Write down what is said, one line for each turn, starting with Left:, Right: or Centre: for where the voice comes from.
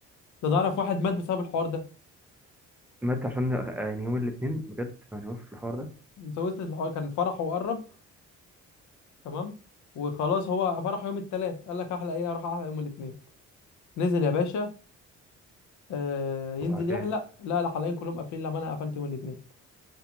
Left: ده نعرف واحد مات بسبب الحوار ده
Centre: مات عشان يعني يوم الاثنين بجد يعني وصل الحوار ده
Left: انت وصلت الحوار كان فرحه وقرب تمام وخلاص هو فرحه يوم الثلاث قال لك احلق ايه اروح احلق يوم الاثنين نزل يا باشا آه ينزل
Centre: وبعدين
Left: يحلق لا الحلاقين كلهم قافلين لا ما انا قفلت يوم الاثنين